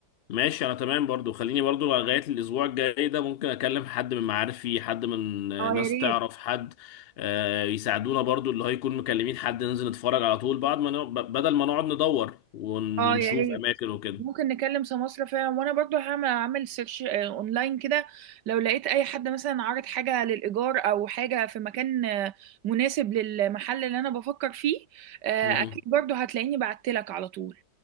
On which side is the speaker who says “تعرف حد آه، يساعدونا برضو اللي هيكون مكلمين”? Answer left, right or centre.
Left